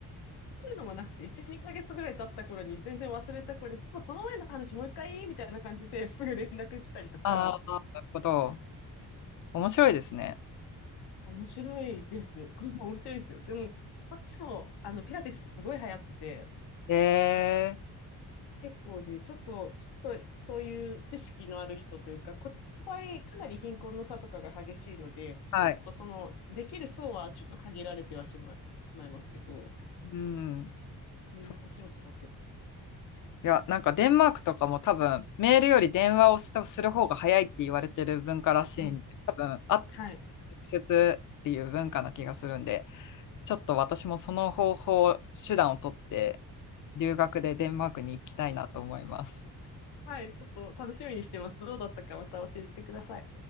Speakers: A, on the left; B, on the left.
A: そういうのもなくて、1、2ヶ月ぐらい経った頃に全然忘れた頃に、そういえばこの前の話もう一回みたいな感じですぐ連絡来たりとか、
B: ああ、なるほど。面白いですね。
A: 面白いです。<laughs> 面白いですよ。でも、こっちも、あの、ピラティスすごい流行ってて、
B: へえ。
A: 結構ね、ちょっと、ちょっと、そういう知識のある人というか、こっちの場合、かなり貧困の差とかが激しいので、
B: はい。
A: ちょっとその、できる層はちょっと限られてはしま、しまいますけど、
B: うん。
A: みんな興味持ってます。
B: そうですよ。いや、なんかデンマークとかも多分、メールより電話をしたする方が早いって言われてる文化らしいんで、
A: うん。
B: 多分、あ、直
A: はい。
B: 接っていう文化な気がするんで、ちょっと私もその方法、手段を取って、留学でデンマークに行きたいなと思います。
A: はい、ちょっと楽しみにしてます。どうだったかまた教えてください。